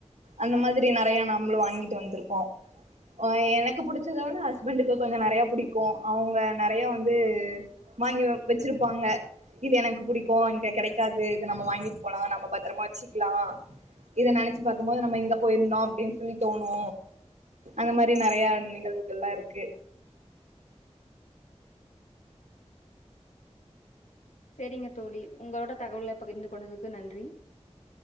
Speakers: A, on the right (about 90°); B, on the left (about 90°).
A: அந்த மாதிரி நெறைய நம்மளு வாங்கிட்டு வந்திருக்கோ ஒ எனக்கு புடிச்சத விட ஹஸ்பண்டுக்கு கொஞ்சோ நெறைய புடிக்கோ அவங்க நெறைய வந்து வாங்கி வெப் வெச்சிருப்பாங்க இது எனக்கு புடிக்கு இங்க கெடைக்காது இது நம்ம வாங்கிட்டு போலா நம்ம பத்தரமா வெச்சுக்லா இத நெனச்சு பாக்கும்போது நாம்ப எங்க போயிருந்தோ அப்டின் சொல்லி தோன் னு அந்த மாரி நெறைய நிகழ்வுகள்லா இருக்கு
B: செரிங்க தோழி உங்களோட தகவல பகிர்ந்து கொண்டதுக்கு நன்றி